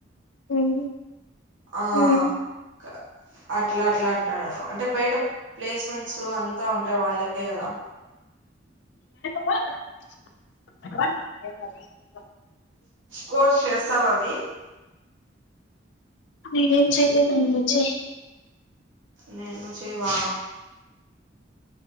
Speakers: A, on the left (about 70°); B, on the right (about 80°).
A: ఉమ్,
B: ఆ
A: ఉమ్.
B: అక్కడ అట్ల అట్ల అంటార్రు అంటే బైట ప్లేస్ మెంట్సు అంత ఉంటే వాళ్ళకే కదా
A: <inaudible>
B: కోర్స్ చేస్తావా అమీ
A: నేనేం చేయలేను నువ్ చెయ్
B: నేన్ ను చేయవా